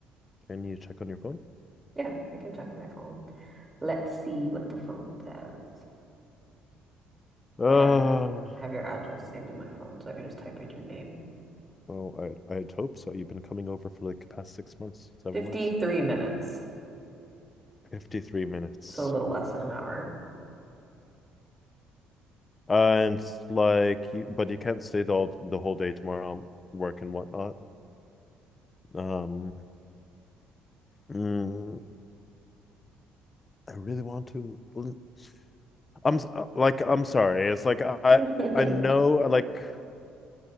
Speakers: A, on the left; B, on the right.
A: can you check on your phone?
B: Yeah, I can check on my phone. Let's see what the phone says.
A: Uh,
B: I have have your address saved in my phone, so I can just type in your name.
A: well, I I'd hope so. You've been coming over for like the past six months, seven
B: 53
A: months.
B: minutes,
A: 53 minutes.
B: so a little less than an hour.
A: And like you but you can't stay the whole, the whole day tomorrow I'm working whatnot. Um mm, I really want to Mm, I'm s- uh, like I'm sorry. It's like I
B: <laughs>
A: I know like